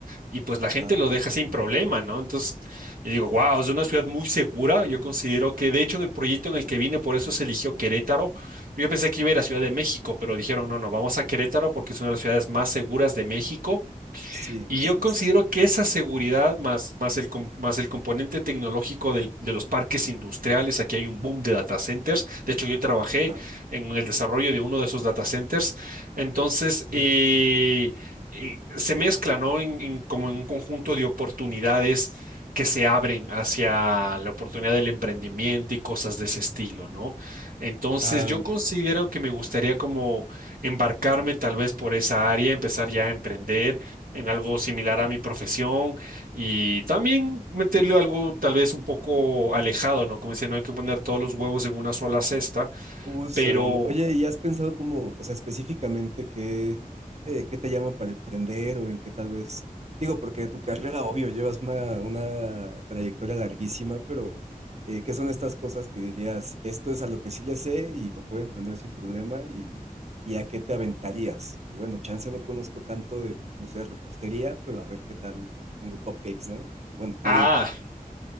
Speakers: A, on the right; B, on the right.
A: y pues la
B: Ajá.
A: gente lo deja sin problema, ¿no? Entonces, yo digo, wow, es una ciudad muy segura. Yo considero que, de hecho, en el proyecto en el que vine, por eso se eligió Querétaro. Yo pensé que iba a ir a Ciudad de México, pero dijeron, no, no, vamos a Querétaro porque es una de las ciudades más seguras de México
B: Sí,
A: y
B: sí,
A: yo considero
B: sí, sí,
A: que esa seguridad más, más el, com- más el componente tecnológico del- de los parques industriales, aquí hay un boom de data centers. De hecho, yo trabajé
B: claro.
A: en el desarrollo de uno de esos data centers. Entonces,
B: Sí,
A: eh, eh, se mezcla, ¿no? En- en- como en un conjunto de oportunidades que se abren hacia la oportunidad del emprendimiento y cosas de ese estilo, ¿no? Entonces,
B: claro,
A: yo considero que me gustaría como embarcarme tal vez por esa área, empezar ya a emprender en algo similar a mi profesión y también meterle algo tal vez un poco alejado, ¿no? Como dice, no hay que poner todos los huevos en una sola cesta,
B: justo,
A: pero,
B: hermano. Oye, ¿y has pensado cómo, o sea, específicamente qué, eh, qué te llama para emprender o en qué tal vez, digo, porque de tu carrera, obvio, llevas una, una trayectoria larguísima, pero eh, ¿qué son estas cosas que dirías, esto es a lo que sí le sé y lo puedo emprender sin problema y, y a qué te aventarías? Y bueno, chance no conozco tanto de, no sé, repostería, pero a ver qué tal pongo cupcakes, ¿no? Bueno, tú
A: ah,
B: dime.